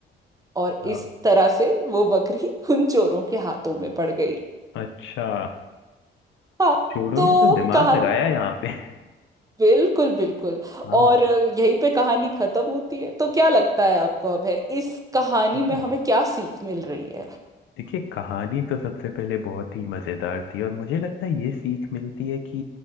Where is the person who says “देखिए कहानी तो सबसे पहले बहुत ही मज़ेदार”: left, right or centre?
Left